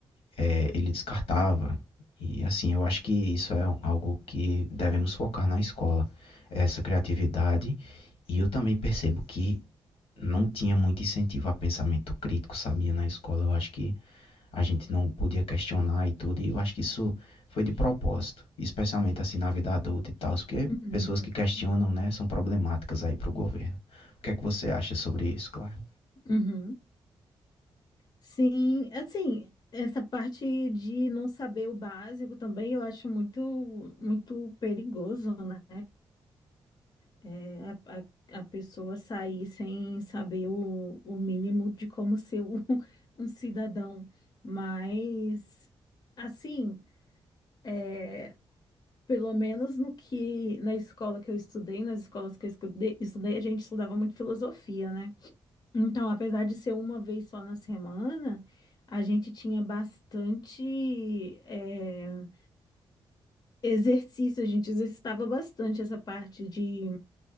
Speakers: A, on the left; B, on the left.
A: é, ele descartava. E assim, eu acho que isso é algo que devemos focar na escola, essa criatividade. E eu também percebo que não tinha muito incentivo a pensamento crítico, sabia, na escola. Eu acho que a gente não podia questionar e tudo, e eu acho que isso foi de propósito, especialmente assim na vida adulta e tal, porque
B: uhum,
A: pessoas que questionam, né, são problemáticas aí para o governo. O que é que você acha sobre isso, claro?
B: uhum. Sim, assim, essa parte de não saber o básico também eu acho muito, muito perigoso, né? É, a, a, a pessoa sair sem saber o, o mínimo de como ser um, <laughs> um cidadão. Mas, assim. é, Pelo menos no que na escola que eu estudei, nas escolas que eu escudei- estudei, a gente estudava muito filosofia, né? Então, apesar de ser uma vez só na semana, a gente tinha bastante eh, exercício, a gente exercitava bastante essa parte de,